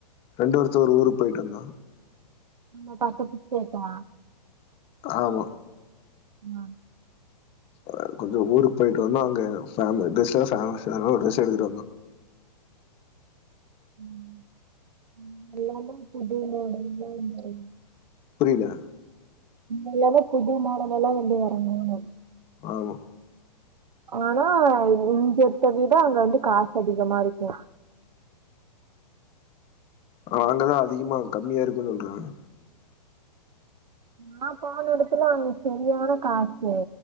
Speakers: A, on the left (about 25°); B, on the right (about 90°).
A: ரெண்டு வாரத்துக் ஒரு ஊர் போய்ட்டந்தா
B: நா பத்து பிச்சேக்கா
A: ஆமா
B: ஆ
A: அ கொஞ்ச ஊருக்கு போயிட்டு வந்தோ அங்கெ ஃபம் ட்ரெஸ்ஸ ஃபேமசு அதனால ட்ரெஸ் எடுத்துட்டு வந்தோ
B: ம் எல்லாமே புது மாடல் <unintelligible>
A: புரில
B: எல்லாமே தான் புது மாடல் எல்லாம் வந்து வந்து இறங்கும் <unintelligible>
A: ஆமா
B: ஆனா இங்க எடுத்த விட அங்க வந்து காசு அதிகமா இருக்கும்
A: ஆ அங்கதான் அதிகமா கம்மியா இருக்குன்னு சொல்றாங்க
B: நா போன இடத்துல அவங்க சரியான காசு